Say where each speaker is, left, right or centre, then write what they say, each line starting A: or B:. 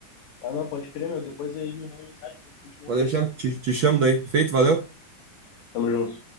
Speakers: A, on the left; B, on the right.
A: Ah, não, pode crer, meu. Depois aí me manda mensagem que a gente continua
B: Pode
A: conversando.
B: deixar. Te, te chamo daí. Feito, valeu.
A: Tamo junto.